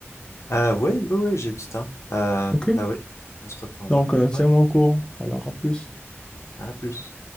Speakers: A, on the left; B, on the left.
A: Euh, oui, oui, oui, j'ai du temps. Euh,
B: OK?
A: bah oui, on se reprendra.
B: Donc, euh, tiens-moi
A: Ouais,
B: au courant. Alors, à plus.
A: à plus.